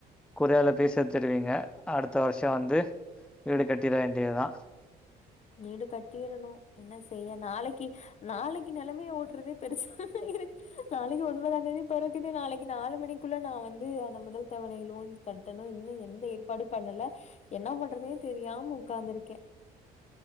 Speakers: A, in the centre; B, on the left.
A: கொரியால பேய் சேத்துருவீங்க அடுத்த வருஷோ வந்து வீடு கட்டிற வேண்டியதா
B: நீடு கட்டீறனு என்ன செய்ய நாளைக்கி நாளைக்கு நெலமைய ஓட்றதே பெருச இருக் நாளைக்கு ஒன்பதாந் தேதி பொறக்குது நாளைக்கு நாலு மணிக்குள்ள நா வந்து அந்த முதல் தவணை லோன் கட்டணு இன்னு எந்த ஏற்பாடு பண்ணல என்னா பண்றதுனே தெரியாம உக்காந்துருக்கே